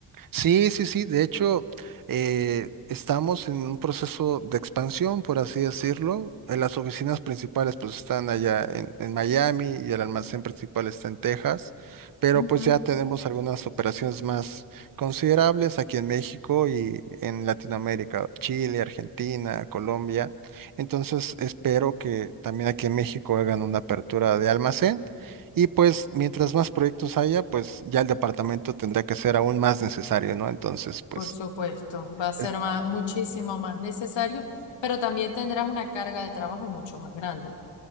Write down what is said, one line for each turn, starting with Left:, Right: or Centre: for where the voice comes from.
Right: Sí, sí, sí. De hecho, eh, estamos en un proceso de expansión, por así decirlo. Eh, Las oficinas principales pues están allá en, en Miami y el almacén principal está en Texas, pero
Left: Ujú,
Right: pues ya tenemos algunas operaciones más considerables aquí en México y en Latinoamérica, Chile, Argentina, Colombia. Entonces, espero que también aquí en México hagan una apertura de almacén. Y pues mientras más proyectos haya, pues ya el departamento tendrá que ser aún más necesario, ¿no? Entonces, pues
Left: Por supuesto, va a ser
Right: es-
Left: ma- muchísimo más necesario, pero también tendrás una carga de trabajo mucho más grande.